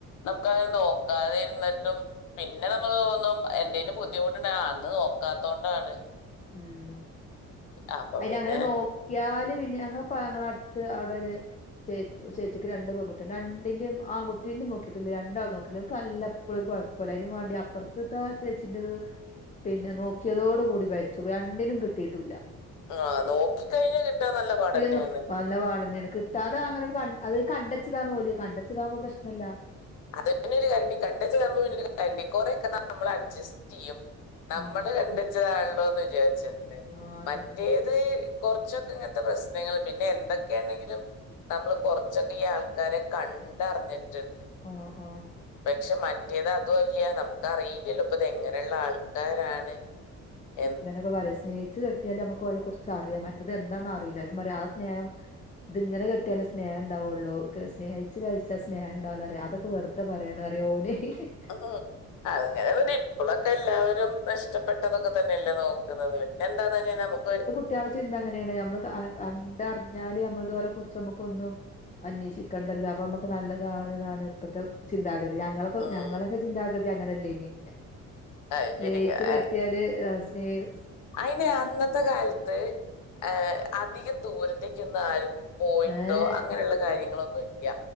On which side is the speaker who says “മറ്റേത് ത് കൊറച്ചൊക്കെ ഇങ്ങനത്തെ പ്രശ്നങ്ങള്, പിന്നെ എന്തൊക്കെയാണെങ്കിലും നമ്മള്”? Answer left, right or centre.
Left